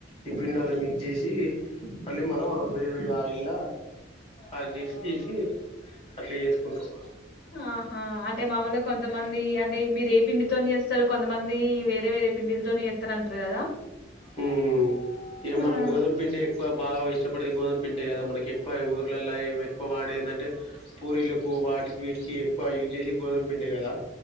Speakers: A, on the left; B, on the left.
A: ఈ పిండ్ <unintelligible> జేసి మళ్ళీ మనం వేడి వేడి ఆయిల్ల ఆయిల్ చేసి తీసి అట్లా వేసుకుంటాం.
B: ఆహా అంటే మామూలుగా కొంతమంది అంటే మీరే పిండితోని చేస్తారు కొంతమంది వేరే వేరే పిండిల్తోనే యేస్తారా అంటారు కదా
A: హ్మ్ ఇగ
B: ఉమ్.
A: మనం గోధుమ పిండి ఎక్కువ బాగా ఇస్ ఇష్టపడేది గోధుమ పిండే కదా మనకి ఎక్కువ ఊర్లలో ఎక్కువ వాడేందంటే పూరిలకు వాటికి వీటికి ఎక్కువ యూజ్ చేసే గోధుమ్ పిండే కదా